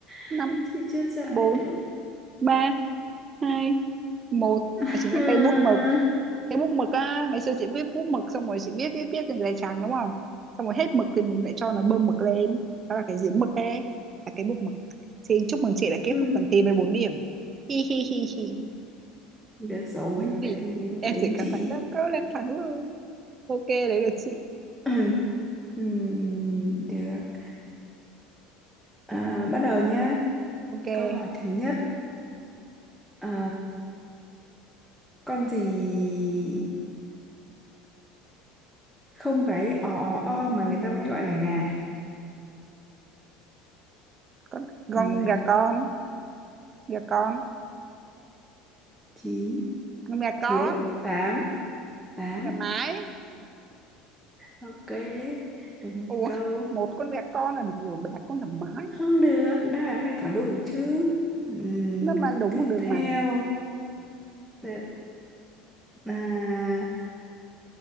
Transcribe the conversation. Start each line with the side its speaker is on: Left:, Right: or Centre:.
Centre: <laughs>
Right: năm
Centre: Chị chưa trả lời
Right: bốn
Centre: được <laughs>
Right: ba hai một
Centre: Ha.
Right: và chính là cây bút mực cái bút mực á ngày xưa chị viết bút mực xong rồi chị viết viết viết trên giấy trắng đúng không xong rồi hết mực thì mình lại cho nó bơm mực lên đó là cái giếng mực ấy là cái bút mực xin chúc mừng chị đã kết
Centre: Ừm.
Right: thúc phần thi với 4 điểm hi hi hi hi
Centre: Được rồi
Right: 4 điểm
Centre: Vậy thì đến
Right: em
Centre: đến
Right: chỉ cần
Centre: chị
Right: thắng năm câu là em thắng rồi ok đấy là chị
Centre: <clears throat> Ừm, Được à, Bắt đầu nhá
Right: ok
Centre: Câu hỏi thứ nhất à, Con gì không cái o o o mà người ta vẫn gọi là gà
Right: con con
Centre: mười
Right: gà con gà con
Centre: chín
Right: con gà
Centre: thiếu
Right: con
Centre: tám tám
Right: con gà mái
Centre: ok được một
Right: ủa
Centre: câu
Right: một con gà con là được rồi bà đặt con gà mái
Centre: không được đáp án phải có đủ chứ Ừm,
Right: nó mà
Centre: câu
Right: đúng
Centre: tiếp
Right: con đường
Centre: theo
Right: mà
Centre: Tự- à,